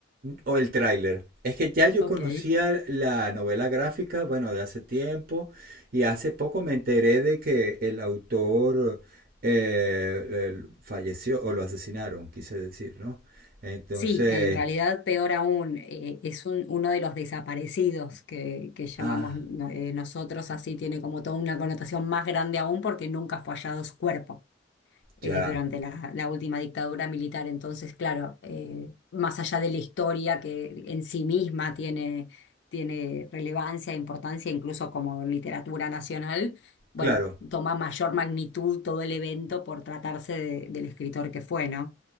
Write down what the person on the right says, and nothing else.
o el tráiler. Es que ya yo
conocía la novela gráfica, bueno, de hace tiempo, y hace poco me enteré de que el autor eh, el- falleció o lo asesinaron, quise decir, ¿no? Entonces,
ah,
ya,
claro.